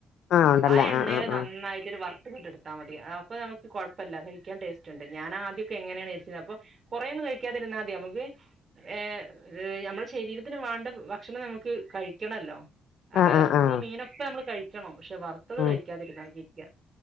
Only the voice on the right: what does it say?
ആ എണ്ണയിൽ
നന്നായിട്ടൊരു
വർ ത്തിങ്ങ് എടുത്താ മതി അപ്പം നമക്ക് കുഴപ്പല്ല കഴിക്കാൻ ടേസ്റ്റ് ഉണ്ട് ഞാൻ ആദ്യൊക്കെ എങ്ങനെയാണ് വിചാരിച്ചത് അപ്പൊ കൊറേ എന്നും കഴിക്കാതിരുന്നാ മതി നമുക്ക് ഏ നമ്മുടെ ശരീരത്തിന് വേണ്ട ഭക്ഷണം നമുക്ക് കഴിക്കണല്ലോ അപ്പൊ
ഇറച്ചി
മീനൊക്കെ നമ്മള് കഴിക്കണം പക്ഷെ വറുത്തത്
കഴിക്കാതിരുന്ന ജീവിക്കാം